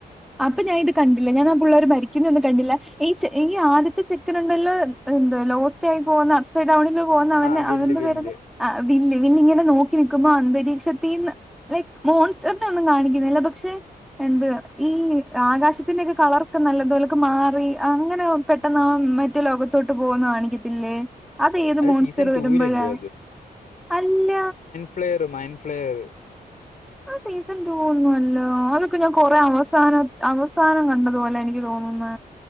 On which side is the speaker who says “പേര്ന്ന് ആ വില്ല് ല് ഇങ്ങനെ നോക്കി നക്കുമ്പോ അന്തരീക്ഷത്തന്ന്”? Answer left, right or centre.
Centre